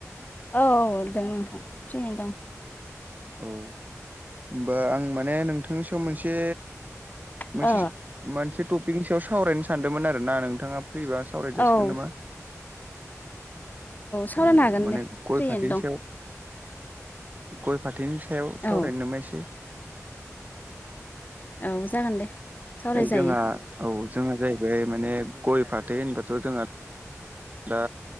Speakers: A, on the left; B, on the right.
A: औ औ द नोंथां फ्रिैनो दं
B: औ होमबा आं माने नोंथांनि सायाव मोनसे मोनसे
A: औ
B: मोनसे टपिकनि सायाव सावरायनो सानदोंमोन आरो ना नोंथाङा फ्रिबा सावराय जासिगोन
A: औ
B: नामा
A: सावरायनो
B: औ
A: हागोन
B: माने
A: दे
B: गय
A: फ्रियैनो
B: फाटिनोसयाव
A: दं
B: गय फाथैनि सायाव सावरायनो
A: औ
B: नबायस
A: औ जागोन दे सावरायजायो
B: जोंहा औ जोंहा जाहैबाय माने गय फाथै होनबाथ' जोंहा दा